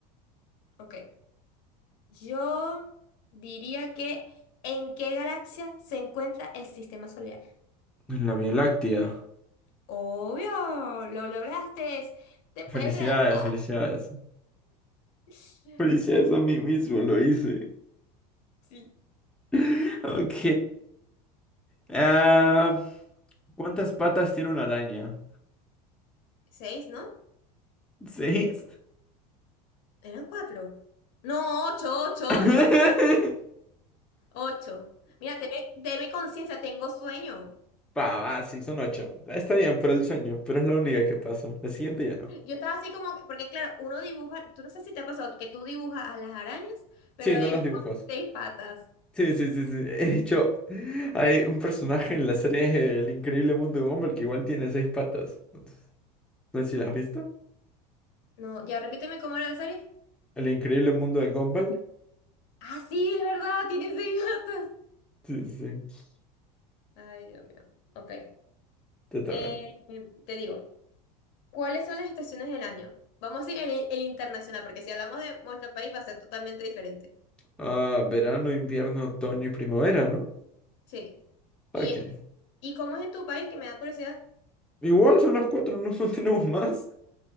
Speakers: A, on the left; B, in the centre.
A: Ok. Yo diría que ¿en qué galaxia se encuentra el sistema solar?
B: En la Vía Láctea.
A: Obvio, lo lograste. Te puedes
B: Felicidades,
A: graduar.
B: felicidades.
A: <laughs>
B: Felicidades a mí mismo, lo hice.
A: Sí.
B: <laughs> Ok. Ah, ¿cuántas patas tiene una araña?
A: Seis, ¿no?
B: ¿Seis?
A: Eran cuatro. No, ocho, ocho,
B: <laughs>
A: ocho. Ocho. Mira, tenme, tenme conciencia, tengo sueño.
B: Va, va, sí, son ocho. Está bien, pero el sueño, pero es la única que pasó. La siguiente ya no.
A: Yo estaba así como, que- porque claro, uno dibuja, tú no sé si te ha pasado que tú dibujas a las arañas, pero
B: Sí,
A: es
B: no los dibujos.
A: con seis patas.
B: Sí, sí, sí, sí. <laughs> He dicho, hay un personaje en la serie El Increíble Mundo de Gumball que igual tiene seis patas. Entonces, No sé si
A: A
B: la has visto.
A: no, ya repíteme cómo era la serie.
B: El Increíble Mundo de Gumball.
A: Ah, sí, es verdad, tiene seis patas.
B: Sí, sí, sí.
A: Ay, Dios mío. Ok.
B: te toca.
A: Eh, te digo, ¿cuáles son las estaciones del año? Vamos a ir el, el internacional, porque si hablamos de nuestro país va a ser totalmente diferente.
B: Ah, verano, invierno, otoño y primavera, ¿no?
A: Sí. ¿Y,
B: Ok.
A: y cómo es en tu país? Que me da curiosidad.
B: Igual son las cuatro, no, <laughs> no tenemos más.